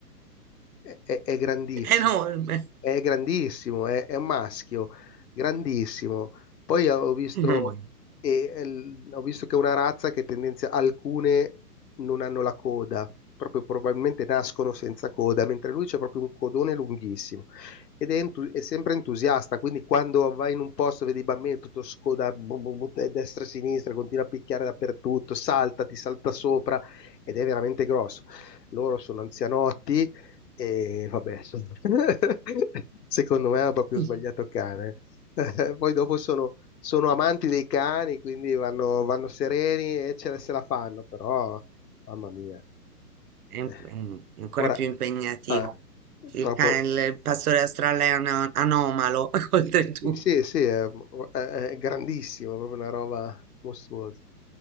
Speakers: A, on the left (about 80°); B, on the right (about 65°).
A: è, è- è grandissimo,
B: Enorme.
A: è grandissimo, è, è un maschio, grandissimo. Poi eh, ho visto,
B: Mm.
A: e- e l- ho visto che è una razza che tendenzia, alcune non hanno la coda, proprio probabilmente nascono senza coda, mentre lui c'è proprio un codone lunghissimo ed è, entu- è sempre entusiasta, quindi quando vai in un posto, vedi i bambini tutto scoda, bu- bu- bu- e destra e sinistra, continua a picchiare dappertutto, salta, ti salta sopra ed è veramente grosso. Loro sono anzianotti e vabbè, insomma, <laughs> secondo me hanno proprio
B: È
A: sbagliato cane. <laughs> Eh, Poi dopo sono, sono amanti dei cani, quindi vanno, vanno sereni e ce la, se la fanno, però, mamma mia.
B: imp-
A: Eh,
B: è ancora
A: Ora,
B: più impegnativo.
A: ah,
B: Il
A: proprio,
B: cane, il il pastore australiano è anomalo, <laughs> oltretutto.
A: Sì, sì, sì, è, è- è grandissimo, è proprio una roba mostruosa.